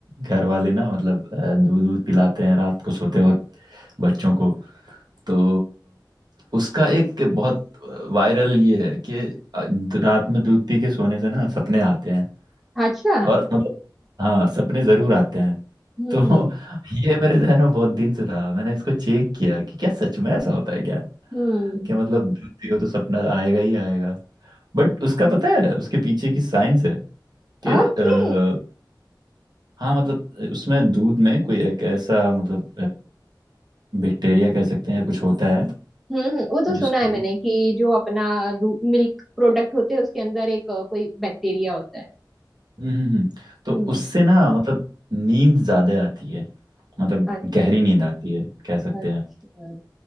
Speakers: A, on the right (about 65°); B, in the centre.
A: घर वाले ना मतलब अ, दूध दूध पिलाते हैं रात को सोते वक्त बच्चों को तो उसका एक बहुत वायरल ये है कि अ, रात में दूध पी के सोने से ना सपने आते हैं
B: अच्छा
A: और मतलब हाँ सपने जरूर आते हैं
B: Hmm
A: तो <laughs> ये मेरे जहन में बहुत दिन से था मैंने इसको चेक किया कि क्या सच में ऐसा होता है क्या
B: hmm
A: कि मतलब दूध पियो तो सपना आएगा ही आएगा बट उसका पता है उसके पीछे की साइंस है कि अ,
B: Okay हम्म okay.
A: हाँ मतलब उसमें दूध में कोई एक ऐसा मतलब बैक्टीरिया कह सकते हैं या कुछ होता है
B: हम्म, वो तो सुना
A: जिसको
B: है मैंने कि जो अपना मिल्क प्रोडक्ट होते हैं उसके अंदर एक अ, कोई बैक्टीरिया होता है
A: हम्म हम्म, हम्म। तो
B: हम्म
A: उससे ना मतलब नींद ज़्यादा आती है मतलब
B: अच्छा
A: गहरी नींद आती है कह सकते
B: अच्छा
A: हैं